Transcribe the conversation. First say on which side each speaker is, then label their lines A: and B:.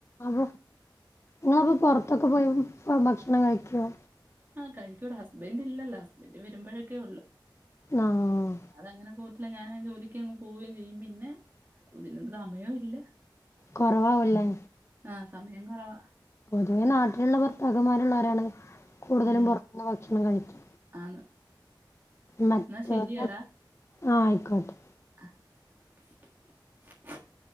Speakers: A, on the left; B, on the right.
A: അപ്പോ ഇങ്ങളപ്പോ പൊറത്തൊക്കെ പോയി പ ഭക്ഷണം കഴിക്ക്വോ?
B: ആഹ് കഴിക്കുവെട. ഹസ്ബൻ്റില്ലല്ലോ. ഹസ്ബൻഡ് വരുമ്പഴൊക്കെ ഉള്ളു.
A: ആഹ്
B: അതങ്ങനെ പോകത്തില്ല. ഞാനാ ജോലിക്കങ്ങ് പോവേം ചെയ്യും. പിന്നെ ഇതിനൊന്നും സമയോം ഇല്ല.
A: കൊറവാവുല്ലേ?
B: ആഹ് സമയം കൊറവാ
A: പൊതുവെ നാട്ടിലുള്ള ഭർത്താക്കന്മാരുള്ളോരാണ് കൂടുതലും
B: ഉം.
A: പൊർത്ത്ന്ന് ഭക്ഷണം കഴിക്കാ
B: ആന്ന്
A: മറ്റോരത
B: എന്നാ ശരിയെടാ.
A: ആഹ് ആയിക്കോട്ടെ
B: ആഹ്